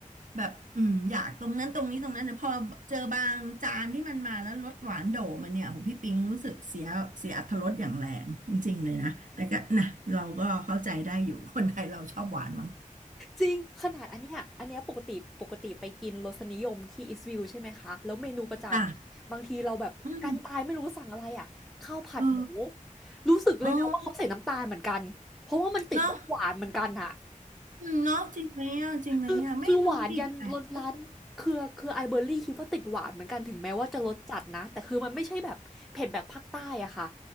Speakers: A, on the right (about 65°); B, in the centre.
A: แบบอืมอยากตรงนั้นตรงนี้ตรงนั้นแต่พอเจอบางจานที่มันมาแล้วรสหวานโดมันเนี่ยหูพี่ปิงรู้สึกเสียเสียอรรถรสอย่างแรงจริงๆเลยนะแต่ก็นะเราก็เข้าใจได้อยู่คนไทยเราชอบหวานมั้ง
B: จริงขนาดอันเนี้ยอันเนี้ยปกติปกติไปกินรสนิยมที่อิสวิลใช่ไหมคะแล้วเมนูประจำอะบางทีเราแบบกันตายไม่รู้สั่งอะไรอ่ะข้าวผัดหมู
A: จ้า อืมเออ
B: รู้สึกเลยนะว่าเขาใส่น้ำตาลเหมือนกันเพราะว่ามันติดรสหวานเหมือนกันอะ
A: เออเนาะืมเนาะจริงไหมอ่ะจริงไหมอ่ะไม่รู้ดิบแปลก
B: คือคือหวานยันรสร้านคือคือไอเบอร์รี่คิดว่าติดหวานเหมือนกันถึงแม้ว่าจะรสจัดนะแต่คือมันไม่ใช่แบบเผ็ดแบบภาคใต้อะค่ะ